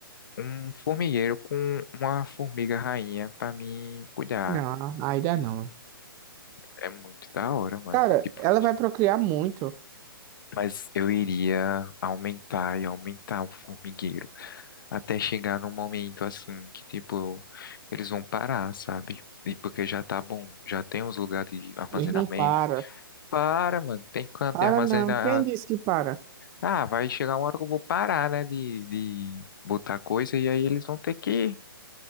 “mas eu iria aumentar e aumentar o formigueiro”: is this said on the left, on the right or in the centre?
Left